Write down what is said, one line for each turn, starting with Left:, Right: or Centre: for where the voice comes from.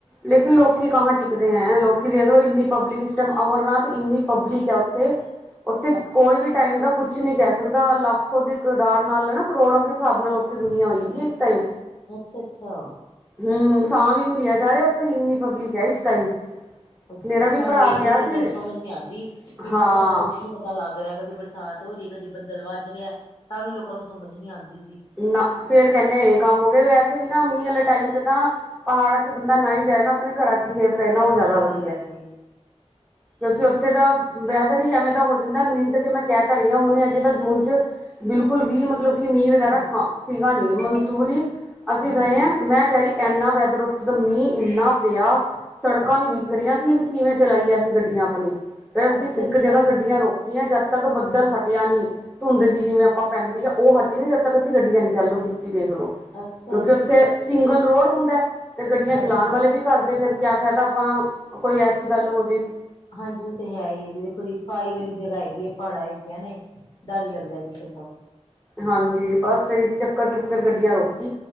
Centre: <inaudible> ਲੇਕਿਨ ਲੋਕ ਕਾਂਹ ਟਿਕਦੇ ਹੈਂ ਲੋਕਂ ਦੇਖ ਲਓ ਇੰਨੀ ਪਬਲਿਕ ਸਿਸਟਮ ਅਮਰਨਾਥ ਇੰਨੀ ਪਬਲਿਕ ਹੈ ਉੱਥੇ ਉੱਥੇ
Left: ਅੱਛਾ
Centre: ਕੋਈ
Left: ਜੀ
Centre: ਵੀ ਟਾਈਮ ਦਾ ਕੁਛ ਨੀ ਕਹਿ ਦਾ ਲਾੱਖੋ ਦੇ ਕਿਦਾਰ ਨਾਲ ਹਨ ਨਾ ਕਰੋੜੋ ਦੇ ਹਿਸਾਬ ਨਾਲ ਉੱਥੇ ਦੁਨੀਆਂ ਹੋਈ ਵੀ ਹੈ ਇਸ ਟਾਈਮ
Left: ਅੱਛਾ - ਅੱਛਾ।
Centre: ਹੂੰ ਸਾਹ ਵੀ ਨੀ ਲਿਆ ਜਾ ਰਿਹਾ ਉੱਥੇ ਇੰਨੀ ਪਬਲਿਕ ਹੈ ਇਸ ਟਾਈਮ
Left: ਅੱਛਾ
Centre: ਮੇਰਾ ਵੀ
Left: ਤਾਂਹ
Centre: ਭਰਾ
Left: ਵੇਖ
Centre: ਗਿਆ
Left: ਲਓ ਲੋਕਾਂ
Centre: ਸੀ
Left: ਨੂੰ ਸਮਝ ਨੀ ਆਉਂਦੀ ਕਿ
Centre: ਹਾਂ
Left: ਮੌਸਮ ਦਾ ਕੁਛ ਨੀ ਪਤਾ ਪੱਤਾ ਲੱਗ ਰਿਹਾ ਕਦੀ ਬਰਸਾਤ ਹੋ ਰਹੀ ਹੈ ਕਦੀ ਬੱਦਲ ਵੱਜ ਰਿਹਾ ਤਾਂ ਵੀ ਲੋਕਾਂ ਨੂੰ ਸਮਝ ਨੀ ਆਉਂਦੀ ਜੀ।
Centre: ਨਾ ਫੇਰ ਕਹਿੰਦੇੇ ਇਹ ਕੰਮ ਹੋ ਗਏ ਵੈਸੇ ਵੀ ਊਨ ਵਾਲੇ ਟਾਈਮ ਚ ਨਾ ਪਹਾੜਾਂ ਚ ਬੰਦਾ ਨਾ ਹੀ ਜਾਏ ਨਾ ਆਪਣੇ ਘਰਾਂ ਚ ਹੀ ਸੇਫ ਰਹੇ ਨਾ ਉਹ ਜ਼ਿਆਦਾ
Left: ਹਾਂਜੀ
Centre: ਵਧੀਆ
Left: ਹਾਂਜੀ
Centre: ਕਿਉਂਕਿ ਉੱਥੇ ਦਾ ਵੈਦਰ ਹੀ ਐਵੇਂ ਦਾ ਹੋ ਜਾਂਦਾ ਮਿੰਟ ਚ ਮੈਂ ਕਹਿ ਤਾਂ ਰਹੀ ਹਾਂ ਹੁਣ ਅਜੇ ਤਾਂ ਜੂਨ ਚ ਬਿਲਕੁਲ ਵੀ ਮਤਲਬ ਕਿ ਮੀਂਹ ਵਗੈਰਾ
Left: ਹਾਂਜੀ
Centre: ਥਾਂ ਸੀਗਾ ਨਹੀਂ ਮਨਸੂਰੀ ਅਸੀਂ
Left: ਹਾਂਜੀ
Centre: ਗਏ ਹ ਮੈਂ ਕਹਿ ਰਹੀ। ਇੰਨਾ ਵੈਦਰ ਉੱਥੇ ਦਾ ਮੀਂਹ ਇੰਨਾ ਪਿਆ ਸੜਕਾਂ
Left: ਅੱਛਾ
Centre: ਨੀ ਵਿਖਰੀਆਂ
Left: ਜੀ
Centre: ਸੀ। ਕਿਵੇਂ ਚਲਾਈਏ ਅਸੀਂ ਗੱਡੀਆਂ ਆਪਣੀ ਫੇਰ ਅਸੀਂ
Left: ਅੱਛਾ
Centre: ਇੱਕ
Left: ਅੱਛਾ
Centre: ਜਗ੍ਹਾ ਗੱਡੀਆਂ ਰੋਕ ਜਦ ਤੱਕ ਬੱਦਲ ਹਟਿਆ ਨੀ ਧੁੰਦ ਜੀ ਜਿਵੇਂ ਆਪਾਂ ਪੈਂਦੀ ਆ ਉਹ ਹਟੀ ਨੀ ਜਦ ਤੇ ਅਸੀਂ ਗੱਡੀਆਂ ਨੀ ਚਾਲੂ ਕੀਤੀ ਦੇਖਲੋ
Left: ਅੱਛਾ
Centre: ਕਿਉਂਕਿ
Left: ਜੀ
Centre: ਉੱਥੇ ਸਿੰਗਲ ਰੋਡ ਹੁੰਦਾ। ਤੇ ਗੱਡੀਆਂ
Left: ਹਾਂਜੀ
Centre: ਚਲਾਉਣ
Left: ਹਾਂਜੀ
Centre: ਵਾਲੇ ਵੀ ਕਰਦੇ ਫਿਰ ਕਿਆ ਫਾਇਦਾ ਆਪਾਂ ਕੋਈ ਐਸੀ ਗੱਲ ਹੋ ਜੇ
Left: ਹਾਂਜੀ ਉਹ ਤੇ ਹੈ ਹੀ ਹੈ ਦੇਖੋ ਜੀ ਖਾਈ ਵਾਲੀ ਜਗ੍ਹਾ ਹੈਗੀ ਹੈ ਪਹਾੜਾਂ ਹੈਗੀਆਂ ਨੇ ਡਰ ਹੀ ਲੱਗਦਾ ਜੀ ਫਿਰ ਤਾਂ
Centre: ਹਾਂਜੀ ਬਸ ਫੇਰ ਇਸ ਚੱਕਰ ਚ ਅਸੀਂ ਫਿਰ ਗੱਡੀਆਂ ਰੋਕੀ